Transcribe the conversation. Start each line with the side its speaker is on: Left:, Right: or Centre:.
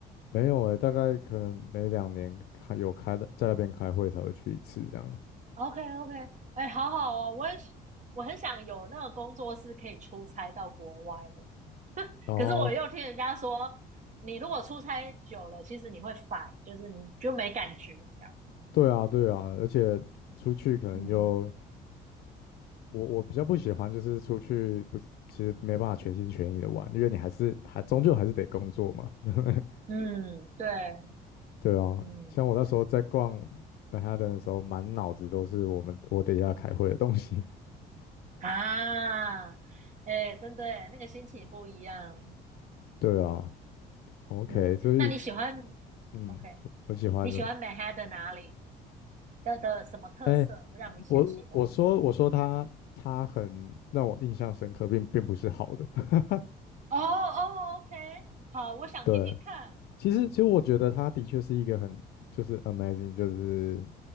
Left: 没有诶，大概可能每两年开有开的，在那边开会才会去一次这样。
Right: OK OK，哎，好好哦，我也是我很想有那个工作室可以出差到国外的，
Left: 哦，
Right: 可是我又听人家说，你如果出差久了，其实你会烦，就是你就没感觉这样。
Left: 对啊，对啊，而且出去可能就
Right: 嗯
Left: 我我比较不喜欢就是出去不，其实没办法全心全意的玩，因为你还是还终究还是得工作嘛。<laughs>
Right: 嗯，对，
Left: 对啊，
Right: 嗯
Left: 像我那时候在逛曼哈顿的时候，满脑子都是我们我等一下开会的东西。
Right: 啊，哎，真的耶那个心情不一样。
Left: <laughs> 对啊，OK，
Right: 嗯，
Left: 所以
Right: 那你喜欢
Left: 嗯，
Right: OK？
Left: 我喜欢的。
Right: 你喜欢 Manhattan 哪里的的什么特色让你很喜欢？
Left: 哎，我我说我说他他很让我印象深刻，并并不是好的。<laughs>
Right: 哦哦，OK，好，我想听听看，
Left: 对，其实，其实我觉得它的确是一个很就是 amazing，就是